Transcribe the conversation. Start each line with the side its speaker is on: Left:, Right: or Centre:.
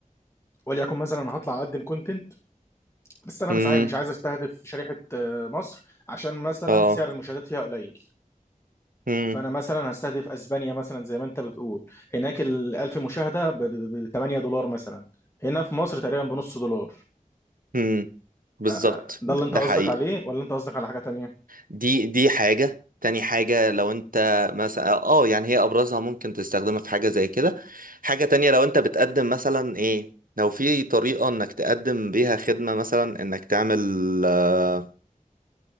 Left: وليكن مثلا انا هطلع اقدم كونتنت بس انا
Right: امم
Left: مش عايز مش عايز استهدف شريحه آه، مصر عشان مثلا
Right: اه
Left: سعر المشاهدات فيها قليل
Right: امم
Left: فانا مثلا هستهدف اسبانيا مثلا زي ما انت بتقول هناك ال 1000 مشاهده ب 8 دولار مثلا هنا في مصر تقريبا بنص دولار
Right: امم بالظبط
Left: آه، آه، ده
Right: ده
Left: اللي انت
Right: ده
Left: قصدك
Right: حقيقي
Left: عليه ولا انت قصدك على حاجه تانية
Right: دي دي حاجة تاني حاجة لو انت مثلا اه يعني هي ابرزها ممكن تستخدمها في حاجة زي كده حاجة تانية لو انت بتقدم مثلا ايه لو في طريقة انك تقدم بيها خدمة مثلا انك تعمل آه،